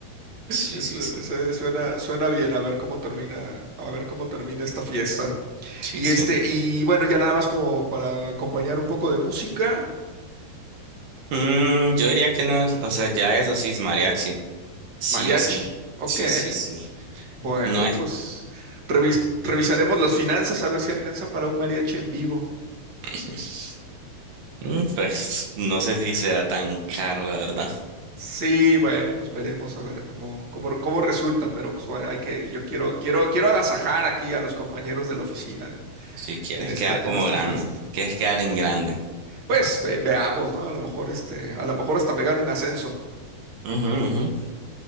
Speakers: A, on the right; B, on the right.
A: Sí,
B: Eso,
A: sí, sí,
B: eso suena, suena bien, a ver cómo termina, a ver cómo termina esta fiesta.
A: sí,
B: Y
A: sí.
B: este, y bueno, ya nada más como para acompañar un poco de música,
A: Mm, yo diría que no, o sea, ya eso sí es mariachi. Sí
B: mariachi.
A: o sí.
B: Ok,
A: Sí, sí, sí.
B: bueno,
A: No es,
B: pues revis- revisaremos las finanzas a ver si alcanza para un mariachi en vivo.
A: <laughs> Mm, pues, no sé si será tan caro, la verdad.
B: Sí, bueno, pues veremos a ver cómo, cómo, cómo resulta, pero pues bueno, hay que, yo quiero, quiero, quiero agasajar aquí a los compañeros de la oficina en,
A: Si quieres
B: en esta,
A: quedar
B: en
A: como
B: esta
A: grande,
B: fiesta.
A: quieres quedar en grande.
B: Pues ve- veamos, ¿no? A lo mejor este, a lo mejor hasta me gano un ascenso.
A: Ujú,